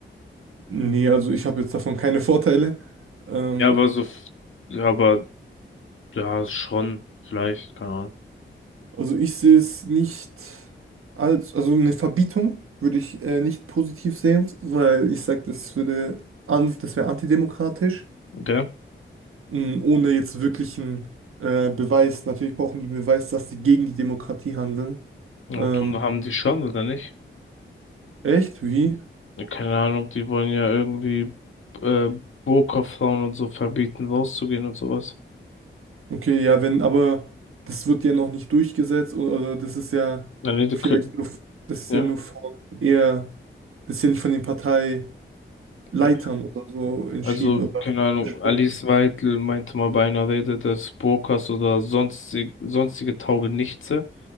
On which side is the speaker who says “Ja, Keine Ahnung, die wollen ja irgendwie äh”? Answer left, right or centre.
Left